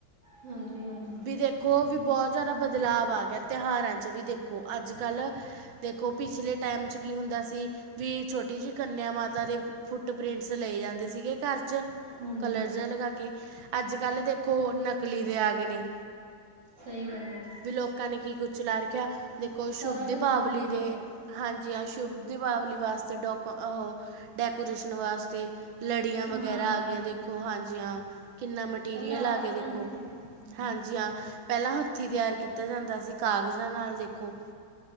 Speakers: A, on the right (about 55°); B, on the right (about 80°).
A: ਹਾਂਜੀ- ਹਾਂਜੀ।
B: ਵੀ ਦੇਖੋ ਵੀ ਬਹੁਤ ਜਾਦਾ ਬਦਲਾਵ ਆ ਗਿਆ ਤਿਉਹਾਰਾਂ ਚ' ਵੀ ਦੇਖੋ ਅੱਜ ਕੱਲ੍ਹ ਦੇਖੋ ਪਿਛਲੇ ਟੈਮ 'ਚ ਕੀ ਹੁੰਦਾ ਸੀ ਵੀ ਛੋਟ ਕੰਨਿਆ ਮਾਤਾ ਦੇ ਫੁੱਟ ਪ੍ਰਿੰਟਸ ਲਏ ਜਾਂਦੇ ਸੀਗੇ ਘਰ ਚ
A: ਹਾਂਜੀ
B: ਕਲਰ ਲਗਾ ਕੇ ਅੱਜ ਕੱਲ੍ਹ ਦੇਖੋ ਨਕਲੀ ਵੀ ਆ ਗਏ ਨੇ।
A: ਸਹੀ ਗੱਲ ਹੈ
B: ਵੀ ਲੋਕਾਂ ਨੇ ਕੀ ਕੁਛ ਲਾ ਰੱਖਿਆ ਵੇਖੋ
A: ਸਾਰਾ
B: ਸ਼ੁੱਭ ਦੀਪਾਵਲੀ
A: ਕੁਛ ਡੁਪਲੀਕੇਟ
B: ਦੇ ਹਾਂਜੀ ਹਾਂ ਸ਼ੁਭ ਦੀਪਾਵਲੀ ਵਾਸਤੇ ਡੋਕੋ ਅਹ ਡੈਕੋਰੇਸ਼ਨ ਵਾਸਤੇ ਲੜੀਆਂ
A: ਸਮਾਨ
B: ਵਗੈਰਾ ਆ ਗਿਆਂ
A: ਗਿਆ
B: ਦੇਖੋ ਹਾਂਜੀ ਹਾਂ ਕਿੰਨਾ ਮ - ਟੀਰੀਅਲ
A: ਪਹਿਲਾਂ
B: ਆ
A: ਆਪ
B: ਗਏ
A: ਬਣਾਉਂਦੇ
B: ਦੇਖੋ
A: ਸੀ ਹੂੰ
B: ਹਾਂਜੀ ਹਾਂ ਪੈਲਾ ਹੱਥੀਂ ਤਿਆਰ ਕੀਤਾ ਜਾਂਦਾ ਸੀ ਕਾਗਜ਼ਾਂ ਨਾਲ ਦੇਖੋ।